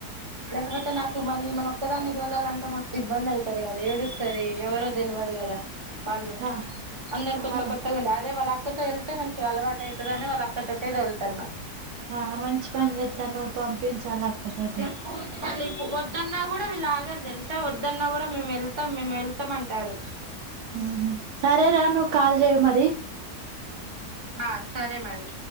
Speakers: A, on the right (about 20°); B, on the right (about 80°).
A: లేకపోతే నాకు మళ్ళీ మన ఒక్కదాన్ని గల అంట మస్తు ఇబ్బంది అవుతది కదా ఏడుస్తది ఎవరు తెలవదు కదా వాళ్ళు
B: ఆ
A: అందరు కొత్త
B: ఆ
A: కొత్తగా ఉండే అదే వాళ్ళ అక్కతో వెళ్ళితే మంచిగా అలవాటు అవుతది అని వాళ్ళు అక్కతోటే వెళ్తున్నా
B: ఆ మంచి పని చేస్తా నువ్వు పంపించాలి అక్కతోటి
A: ఇక స్కూల్ కి మళ్ళీ వద్దన్నా కూడా వీళ్ళు ఆ గారు తెలుసా వద్దన్నా కూడా మేము వెళ్తాం మేము వెళ్తాం అంటారు
B: ఉహుమ్ సారే రాను కాల్ చేయు మరి
A: ఆ సరే మరి